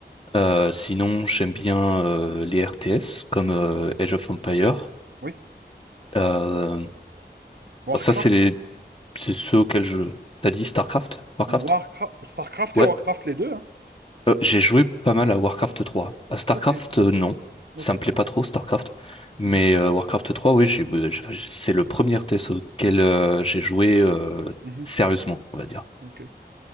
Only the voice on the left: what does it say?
Euh, sinon, j'aime bien euh, les RTS comme euh, Age of Empire.
Euh,
bon, ça, c'est les... c'est ceux auxquels je... T'as dit StarCraft? Warcraft?
Ouais.
Euh, j'ai joué pas mal à Warcraft 3. À StarCraft,
euh, non.
Ça me plaît pas trop, StarCraft. Mais
euh, Warcraft 3, oui, j'ai, euh, j'ai- enfin, c'est le premier test auquel euh, j'ai joué euh,
sérieusement, on va dire.